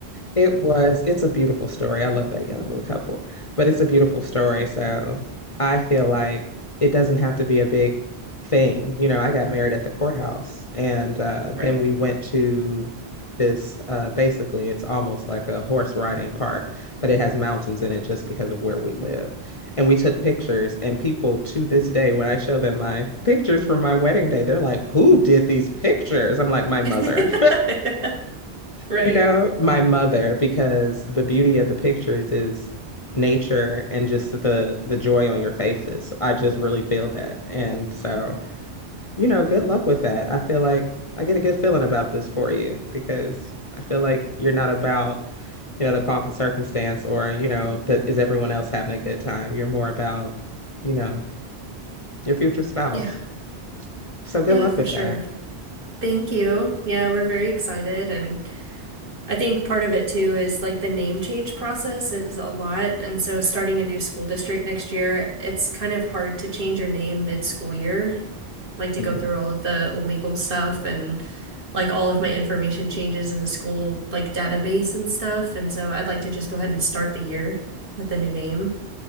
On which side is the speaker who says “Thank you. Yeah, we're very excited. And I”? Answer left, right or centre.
Right